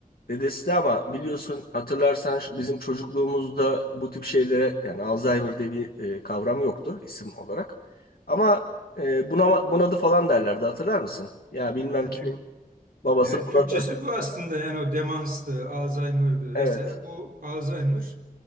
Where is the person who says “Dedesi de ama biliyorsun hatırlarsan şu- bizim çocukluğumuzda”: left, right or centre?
Left